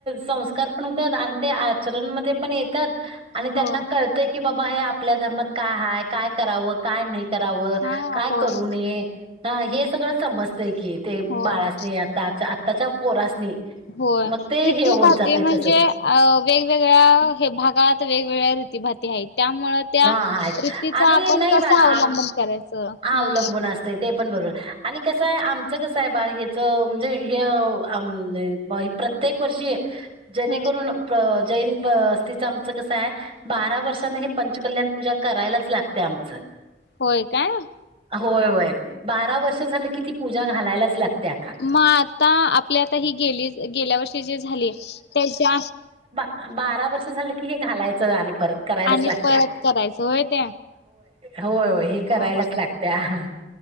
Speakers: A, on the right; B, on the left.
A: संस्कार पण होतात, आणि ते आचरणमध्ये पण येत्यात. आणि
B: हो
A: त्यांना कळतय की बाबा हे आपल्या धर्मात काय हाय, काय करावं, काय नाही कराव,
B: हा
A: काय
B: होय
A: करू नये हा हे सगळं समजतं की ते
B: होय
A: बाळासनी आताच्या त्याच्या पोरासनी
B: होय
A: मग ते
B: रीती-भाती
A: हे होत जाते
B: म्हणजे
A: तसंच.
B: वेगवेगळ्या भागात, वेगवेगळ्या रीती-भाती आहेत त्यामुळं त्या
A: हां, आहेत
B: रीतीच
A: आणि
B: आपण
A: नाही
B: कस
A: बा
B: अवलंबन
A: आम
B: करायचं
A: हां,
B: हा
A: अवलंबून असतंय ते पण बरोबर आणि कसं आहे आमचं कसं आहे बाळ हेच म्हणजे हे प्रत्येक वर्षी जेणेकरून
B: ह
A: प्रते जैन बस्तिच आमचं कसं आहे बारा वर्षांत हे कल्याण पूजा करायलाच लागते आमच, <inaudible>
B: होय काय <inaudible>
A: होय होय, बारा वर्ष झालं कि ती पूजा घालालाच लागते. अक्का.
B: मग आता आपली ही गेल्या वर्षी जी झाली त्याच्या
A: बारा वर्ष झालं की हे घालायचं आणि परत करायलाच
B: आणि
A: लागत
B: परत करायचं होय ते
A: होय होय
B: हा
A: हे करायलाच
B: हा
A: लागतेय हा